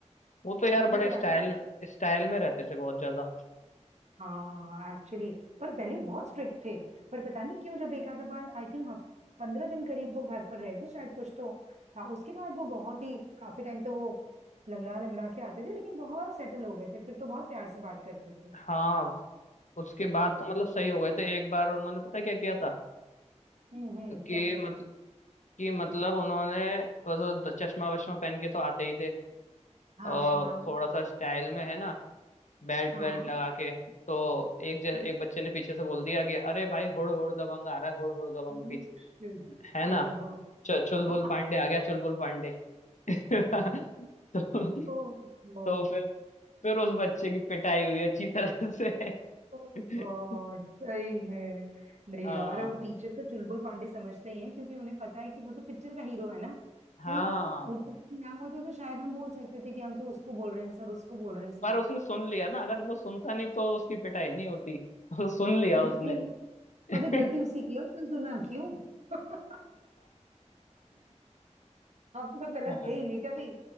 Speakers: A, on the left (about 75°); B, on the right (about 70°).
A: वो तो
B: वो
A: यार
B: पीटी
A: बड़े
B: कराते
A: स्टाइल
B: थे
A: स्टाइल में रहते थे बहुत ज्यादा
B: हाँ एक्चुअली पर पहले बहुत स्ट्रिक्ट थे पर पता नहीं क्यों जब एक आधा बार आई थिंक हफ पंद्रह दिन करीब वो घर पर रहे थे शायद कुछ तो हाँ उसके बाद वो बहुत ही काफी टाइम तो वो लंगड़ा लंगड़ा के आते थे लेकिन बहुत सेटल हो गए थे फिर तो बहुत प्यार से बात करते थे
A: हाँ उसके
B: हम्म,
A: बाद तो मतलब सही हो गए थे एक बार उन्होंने पता क्या किया था
B: हम्म हम्म
A: कि
B: क्या किया
A: मतलब
B: था
A: कि मतलब उन्होंने थोड़ा सा चश्मा वश्मा पहन के तो आते ही थे
B: हाँ
A: और
B: हाँ
A: थोड़ा सा स्टाइल में है ना बेल्ट
B: हाँ
A: वेल्ट लगा के तो एक ज, एक
B: हैं?
A: बच्चे ने पीछे से बोल दिया कि अरे भाई हुड़ हुड़ दबंग आ रहा है हुड़ हुड़ दबंग
B: हम्म,
A: पीछे
B: हम्म।
A: है ना
B: अरे वाह
A: च, चुलबुल
B: <laughs>
A: पांडे आ गया चुलबुल पांडे <laughs> तो,
B: ओ, ओ
A: तो फिर फिर उस बच्चे की पिटाई हुई अच्छी तरह से
B: गॉड
A: <laughs>
B: सही में नहीं
A: हाँ
B: यार अब टीचर तो चुलबुल पांडे समझते ही हैं क्योंकि उन्हें पता है कि वो तो पिक्चर का हीरो है ना
A: हाँ
B: कोई ऊटपटांग नाम होता तो शायद हम बोल सकते थे कि हम तो उसको बोल रहे हैं सर उसको बोल रहे हैं सर
A: पर उसने सुन लिया ना अगर वो सुनता नहीं तो उसकी पिटाई नहीं होती <laughs> वो सुन लिया
B: तो गलती
A: उसने <laughs>
B: मतलब गलती उसी की है और तुम ना क्यों <laughs> हम तो गलत
A: हाँ
B: थे ही नहीं कभी